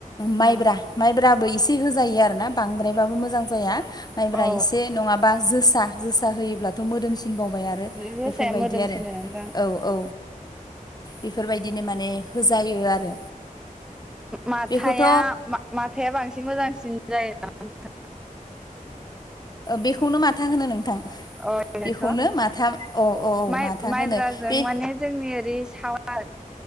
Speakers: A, on the left; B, in the centre.
A: माइब्रा
B: मा
A: माइब्रा दाबो एसे होजायो आरोना बांद्रायबाबो मोजां जाया माइब्रा
B: औ
A: एसे नङाबा जोसा जोसा होयोब्लाथ' मोदोमसि थिनबावबाय आरो
B: जोसाया
A: बेफोरबायदि
B: मोदोमसिनो
A: आरो
B: नोंथां
A: औ औ बेफोरबायदिनो माने होजायो आरो।
B: माथाया-माथाया
A: बेखौथ'
B: बांसिन मोजांसिन जायो नामा नोंथां? <inaudible>
A: बेखौनो माथा होनो नोंथां।
B: अनोथ'
A: बेखौनो माथा अ अ औ
B: माइ
A: माथा
B: माइब्राजों
A: होनो बे
B: माने जोंनि ओरै साव